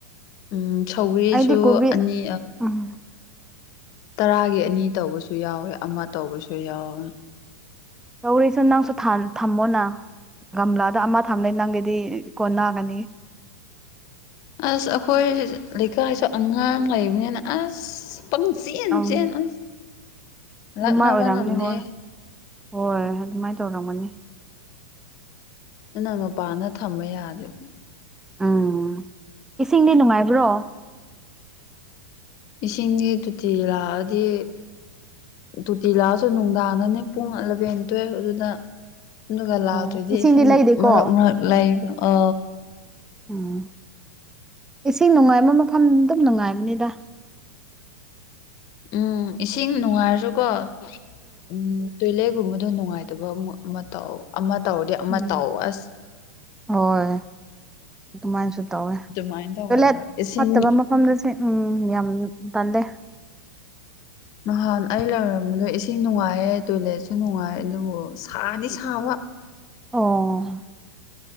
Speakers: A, on the left; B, in the centre.
A: ꯎ ꯁꯧꯒ꯭ꯔꯤꯁꯨ
B: ꯑꯩꯗꯤ ꯀꯣꯕꯤ
A: ꯑꯅꯤ
B: ꯎꯝ
A: ꯇꯔꯥꯒꯤ ꯑꯅꯤ ꯇꯧꯕꯁꯨ ꯌꯥꯎꯋꯦ ꯑꯃ ꯇꯧꯕꯁꯨ ꯌꯥꯎꯋꯦ
B: ꯇꯧꯔꯤꯁꯦ ꯅꯪꯁꯨ ꯊꯝꯃꯣꯅ ꯒꯝꯂꯥꯗ ꯑꯃ ꯊꯝꯂꯦ ꯅꯪꯒꯤꯗꯤ ꯀꯣꯟꯅꯒꯅꯤ
A: ꯑꯁ ꯑꯩꯈꯣꯏ ꯂꯩꯀꯥꯏꯁꯨ ꯑꯉꯥꯡ ꯂꯩꯕꯅꯤꯅ ꯑꯁ ꯄꯪ ꯆꯦꯟ
B: ꯑꯪ
A: ꯆꯦꯟ ꯑꯁ ꯂꯥꯛꯅꯕ
B: ꯑꯗꯨꯃꯥꯏ ꯑꯣꯏꯔꯝꯅꯤ
A: ꯉꯝꯗꯦ
B: ꯍꯣꯏ ꯍꯣꯏ ꯑꯗꯨꯃꯥꯏꯅ ꯇꯧꯔꯝꯒꯅꯤ
A: ꯅ ꯃꯄꯥꯟꯗ ꯊꯝꯕ ꯌꯥꯗꯦꯕ
B: ꯎꯝ ꯏꯁꯤꯡꯗꯤ ꯅꯨꯡꯉꯥꯏꯕ꯭ꯔꯣ
A: ꯏꯁꯤꯡꯁꯤ ꯇꯣꯇꯤ ꯂꯥꯛꯑꯗꯤ ꯇꯨꯇꯤ ꯂꯥꯛꯑꯁꯨ ꯅꯨꯡꯗꯥꯡꯗꯅꯦ ꯄꯨꯡ ꯑꯦꯂꯚꯦꯟ ꯇꯨꯋꯦꯜꯕ ꯑꯗꯨꯗ ꯑꯗꯨꯒ ꯂꯥꯛꯇ꯭ꯔꯗꯤ
B: ꯑꯣ ꯏꯁꯤꯡꯗꯤ
A: ꯏꯁꯤꯡ
B: ꯂꯩꯗꯦꯀꯣ
A: ꯃꯔꯛ ꯃꯔꯛ ꯂꯩꯕ ꯑ
B: ꯎꯝ ꯏꯁꯤꯡ ꯅꯨꯡꯉꯥꯏꯕ ꯃꯐꯝ ꯑꯗꯨꯝ ꯅꯨꯡꯉꯥꯏꯕꯅꯤꯗ
A: ꯎꯝ ꯏꯁꯤꯡ ꯅꯨꯡꯉꯥꯏꯔꯁꯨꯀꯣ ꯎꯝ ꯇꯣꯏꯂꯦꯠꯒꯨꯝꯕꯗꯣ ꯅꯨꯡꯉꯥꯏꯇ ꯇꯕ ꯑꯃꯨꯛ ꯑꯃ ꯇꯥꯎ ꯑꯃ ꯇꯧꯔꯗꯤ ꯑꯃ
B: ꯎꯝ
A: ꯇꯥꯎ ꯑꯁ
B: ꯍꯣꯏ ꯑꯗꯨꯃꯥꯏꯅꯁꯨ ꯇꯧꯋꯦ
A: ꯑꯗꯨꯃꯥꯏꯅ ꯇꯧꯒꯜꯂꯦꯕ
B: ꯇꯣꯏꯂꯦꯠ
A: ꯏꯁꯤꯡ
B: ꯐꯠꯇꯕ ꯑꯃ ꯃꯐꯝꯗꯁꯦ ꯎꯝ ꯌꯥꯝ ꯇꯟꯗꯦ
A: ꯅꯍꯥꯟ ꯑꯩ ꯂꯩꯔꯝꯕꯗꯣ ꯏꯁꯤꯡ ꯅꯨꯡꯉꯥꯏꯌꯦ ꯇꯣꯏꯂꯦꯠꯁꯨ ꯅꯨꯡꯉꯥꯏ ꯑꯗꯨꯕꯨ ꯁꯥꯗꯤ ꯁꯥꯕ
B: ꯑꯣ